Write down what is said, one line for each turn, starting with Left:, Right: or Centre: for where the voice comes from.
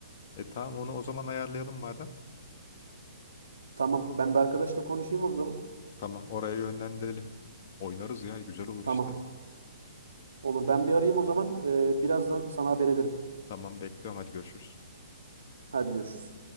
Left: E tamam onu o zaman ayarlayalım madem.
Right: Tamam. Ben bir arkadaşla konuşayım o zaman.
Left: Tamam oraya yönlendirelim. Oynarız ya güzel olur
Right: Tamam.
Left: işte.
Right: Olur. Ben bir arayayım o zaman. Ee, birazdan sana haber ederim.
Left: Tamam bekliyorum hadi görüşürüz.
Right: Hadi görüşürüz.